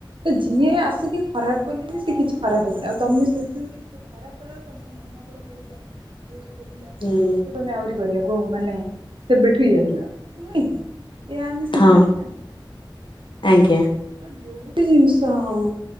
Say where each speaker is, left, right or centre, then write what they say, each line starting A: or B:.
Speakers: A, on the right (about 80°); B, on the left (about 75°).
A: ତ ଯିଏ ଆସିକି ଖରାପ କଲେବି ସେ କିଛି ଖରାପ ହବନି ଆଉ ତମେ ସେଥିରୁ ସେ ଖାରପ କଲାବେଳୁ ତମ ମନବଳ ବଡ଼ିଲା। <unintelligible>
B: ହୁଁ।
A: ତମେ ଆହୁରି କରିବା କୁହୁ ମାନେ ସେବେଠୁ ଇ ହେଲ ନୁହେଁ କି? ଏଇ ଆମେ ଶିଖିଲେ
B: ହଁ
A: ନା ନାଇଁ
B: ଆଜ୍ଞା।
A: ହଁ ଯୋଉ ବି ଜିନିଷ ହଉ